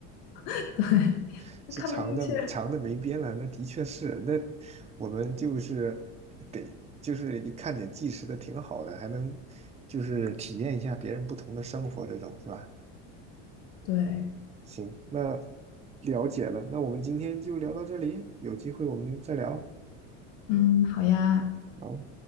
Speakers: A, on the left; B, on the right.
A: <laughs> 对，
B: <laughs> 是长的长的没边了。
A: 看不进去。
B: 那的确是，那我们就是得就是一看点纪实的挺好的，还能就是体验一下别人不同的生活，这种是吧？
A: 对，
B: 行，那了解了，那我们今天就聊到这里，有机会我们再聊。
A: 嗯，好呀。
B: 好。